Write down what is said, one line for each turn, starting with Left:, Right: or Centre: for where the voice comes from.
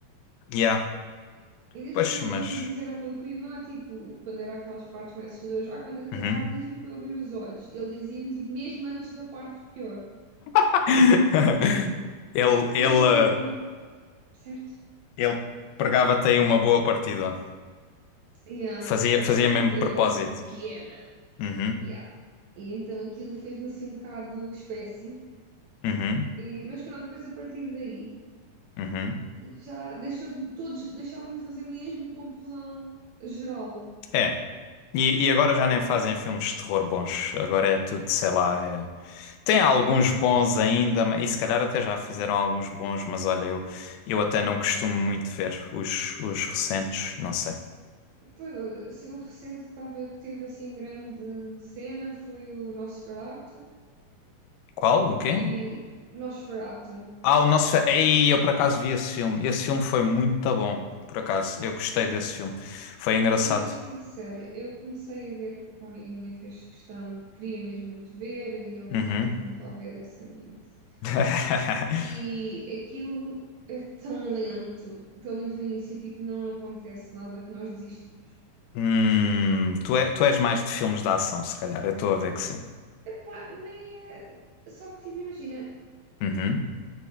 Left: Yeah,
Right: <laughs> Ainda
Left: pois,
Right: por cima eu
Left: mas.
Right: lembro-me de dizer ao meu primo, ah, tipo, quando era aquelas partes mais assustadoras, ah, quando acabar
Left: uhum.
Right: diz-me para eu abrir os olhos. E ele dizia-me, tipo, mesmo antes da parte pior.
Left: <laughs> Ele, ele,
Right: E eu tipo,
Left: eh,
Right: certo,
Left: ele pregava-te aí uma boa partida.
Right: yeah.
Left: Fazia,
Right: Só
Left: fazia
Right: que pronto,
Left: mesmo
Right: eu
Left: propósito.
Right: era muito pequena,
Left: Uhum,
Right: yeah. E então aquilo fez-me assim um bocado espécie.
Left: uhum,
Right: E, mas pronto, depois a partir daí,
Left: uhum.
Right: já deixou de, todos deixaram-me fazer mesmo confusão geral.
Left: É. E, e agora já nem fazem filmes de terror bons. Agora é tudo, sei lá. é- Tem alguns bons ainda, ma- e se calhar até já fizeram alguns bons, mas olha, eu, eu até não costumo muito ver os, os recentes. Não sei.
Right: Pois, olha, assim, um recente que, tava, que teve assim grande cena foi o Nosferatu
Left: Qual? O quê?
Right: e Nosferatu.
Left: Ah, o nosso. Fe- Ei, eu por acaso vi esse filme. Esse filme foi muito bom. Por acaso, eu gostei desse filme. Foi engraçado.
Right: Eu sou sincera, eu comecei a ver porque uma amiga minha fez questão, de- queria mesmo muito ver e eu,
Left: Uhum.
Right: fine, vamos lá ver essa nisso.
Left: <laughs>
Right: E aquilo é tão lento, pelo menos no início, tipo, não acontece nada que nós desistimos.
Left: Hum, tu, é- tu és mais de filmes de ação, se calhar. Eu estou a ver que sim.
Right: Epá, nem é. Só que, tipo, imagina,
Left: Uhum.